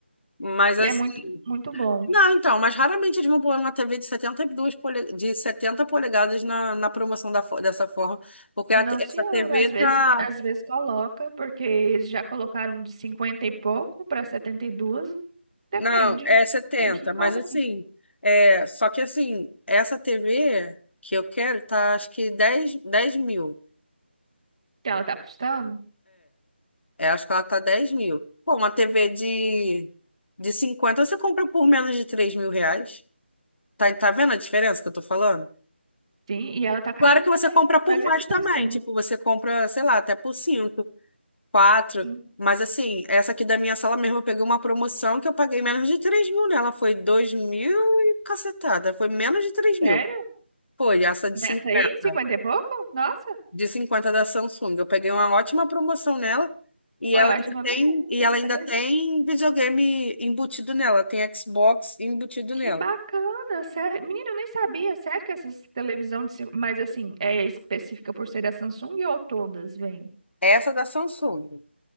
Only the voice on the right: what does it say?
E
é muito, muito bom.
Não,
senhora,
às vezes,
às vezes coloca, porque eles já colocaram de 50 e pouco para setenta e duas Depende.
Depende que coloca
assim.
Que ela tá custando?
Sim, e ela tá carinha,
né?
Mas esse
preço
dela.
Uhum.
Sério?
Nessa
aí, 50 e pouco? Nossa,
foi
ótima
mesmo,
que
esse preço.
Que
bacana, sério. Menina, eu nem sabia, sério que essas televisão de... cin- Mas assim, é específica por ser da Samsung ou todas, vem?